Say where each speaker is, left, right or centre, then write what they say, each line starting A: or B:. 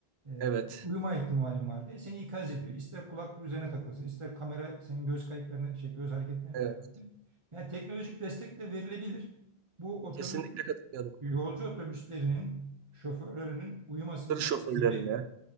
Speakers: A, on the right; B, on the right.
A: E,
B: evet,
A: uyuma ihtimalin var diye seni ikaz ediyor. İster kulaklık üzerine takılsın, ister kamera senin göz kayıtlarını, şey göz hareketlerini
B: evet.
A: takip etsin. Yani teknolojik destek de verilebilir. Bu otobüs,
B: Kesinlikle katılıyorum.
A: yolcu otobüslerinin şoförlerinin uyumasını
B: Tır
A: engelleyecek
B: şoförlerine,